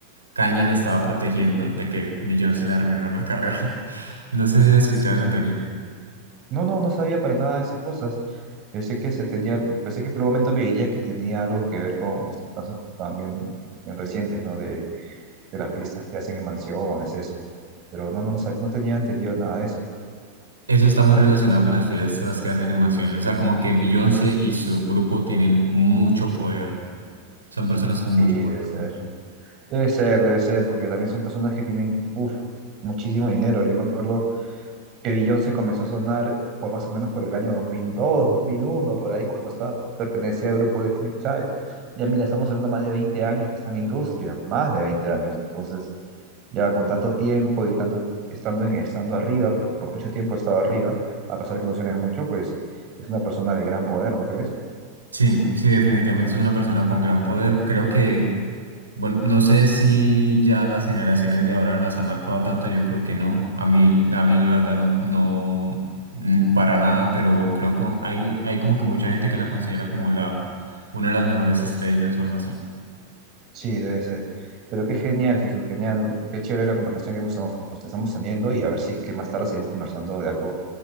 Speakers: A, on the right; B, on the right.
A: Kanye la estaba protegiendo de que Beyoncé se le arruinara la carrera. <laughs> No sé si has escuchado esa teoría.
B: No, no, no sabía para nada de esas cosas. Pensé que se tenía, pensé que por un momento me dirías que tenía algo que ver con estos casos también bien recientes, ¿no? De, de las fiestas que hacen en mansiones, eso. Pero no, no, no, sab- no tenía entendido nada de eso.
A: Eso está muy relacionado con las fiestas que hacen en mansiones. O sea, como que Beyoncé y su grupo tienen mucho poder. Son personas con
B: Sí,
A: mucho
B: debe
A: poder.
B: ser.
A: Ujú.
B: Debe ser, debe ser, porque también son personas que tienen, uff, muchísimo dinero. Yo me acuerdo que Beyoncé comenzó a sonar por más o menos por el año dos mil dos dos mil mil uno por ahí, cuando estaba, pertenecía al grupo Destiny Child. Ya mira, estamos hablando más de 20 años que está en la industria, más de 20 años. Entonces, ya con tanto tiempo y tanto estando, en, estando arriba, porque por mucho tiempo he estado arriba, a pesar que no suene mucho, pues es una persona de gran poder, ¿no crees?
A: Sí, sí, definitivamente es una persona con gran poder. Creo que Bueno, no sé si ya las generaciones de ahora las ha marcado tanto, yo creo que no. A mí, a mí la verdad no, no mm, para nada, pero creo que hay, hay como que mucha gente que la considera como la, una de las mejores estrellas o algo así.
B: Sí, debe ser. Pero qué genial, Jesús, genial. Qué chévere la conversación que hemos- que estamos teniendo y a ver si es que más tarde seguimos conversando de algo